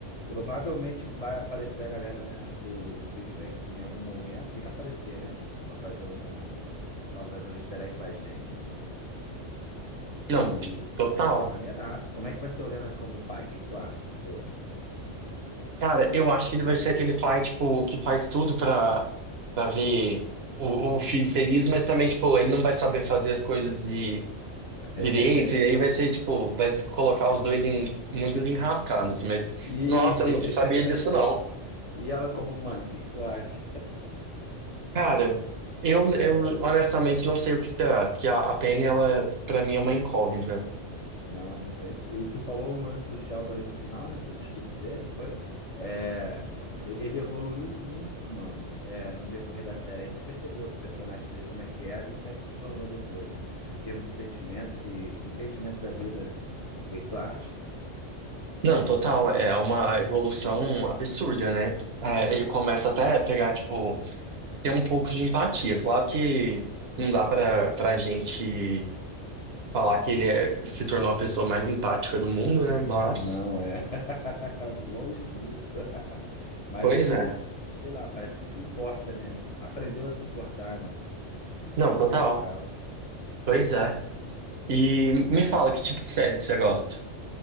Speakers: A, on the left (about 40°); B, on the right (about 60°).
A: Provavelmente vai aparecer a galera, né, do, do Big Bang em algum momento. Tem que aparecer, né? Pra fazer um, pra fazer um easter egg pra gente, né, pô?
B: Não,
A: E
B: total.
A: vai ser maneiraço. Como é que vai ser o Leonard como pai? O que que tu acha? Pô.
B: Cara, eu acho que ele vai ser aquele pai, tipo, que faz tudo pra, pra ver o, o filho feliz, mas também, tipo, ele não vai saber fazer as coisas de
A: <laughs>
B: direito, e aí vai ser, tipo, vai se colocar os dois em muitas enrascadas, mas,
A: E,
B: nossa,
A: <laughs>
B: eu não sabia disso, não.
A: e ela como mãe? O que que tu acha?
B: Cara, eu,
A: É,
B: eu honestamente não sei o que esperar, porque a, a Penny, ela, pra mim, é uma incógnita.
A: não, sei. E tu falou o lance do Sheldon aí do final, né? Do discurso dele, não foi? É, e- ele evoluiu muito, mano, é, no decorrer da série. Aí tu percebeu que o personagem dele, como é que era e como é que se tornou depois, né? Em termos de sentimentos e entendimento da vida, né? O que que tu acha?
B: Não, total, é uma evolução absurda, né? Ah, ele começa até a pegar, tipo, ter um pouco de empatia. Claro que não dá pra, pra gente falar que ele é- se tornou a pessoa mais empática do mundo, né? Mas,
A: Não, é <laughs> longe disso. Mas
B: pois
A: ele,
B: é.
A: sei lá, parece que se importa, né? Aprendeu a se importar, né? Isso
B: Não,
A: que é o
B: total,
A: mais legal.
B: pois é. E me fala que tipo de série que você gosta?